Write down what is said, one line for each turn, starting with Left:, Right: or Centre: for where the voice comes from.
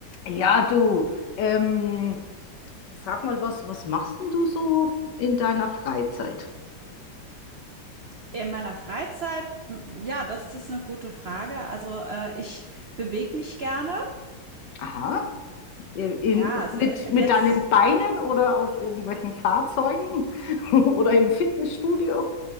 Left: Ja, du, ähm, sag mal was, was machst denn du so in deiner Freizeit?
Right: In meiner Freizeit, m- ja, das ist eine gute Frage. Also, äh, ich bewege mich gerne.
Left: Aha, äh, in,
Right: Ja, also
Left: mit, mit
Right: jetzt
Left: deinen Beinen oder auf irgendwelchen Fahrzeugen <laughs> oder im Fitnessstudio?